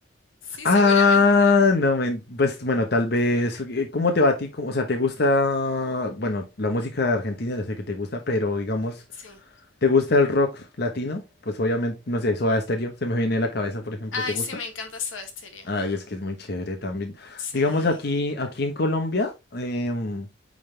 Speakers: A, on the left (about 85°); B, on the left (about 55°).
A: Sí,
B: Ah,
A: seguramente.
B: no, men- pues bueno, tal vez. eh, ¿Cómo te va a ti? ¿Cómo- o sea, ¿te gusta, bueno, la música de argentina? Ya sé que te gusta, pero digamos,
A: Sí.
B: ¿te gusta el rock latino? Pues obviamente, no sé, Soda Stereo, se me viene a la cabeza, por ejemplo,
A: Ay,
B: ¿te gusta?
A: sí, me encanta Soda Stereo.
B: Ay, es que es muy chévere también.
A: Sí.
B: Digamos, aquí, aquí en Colombia, em,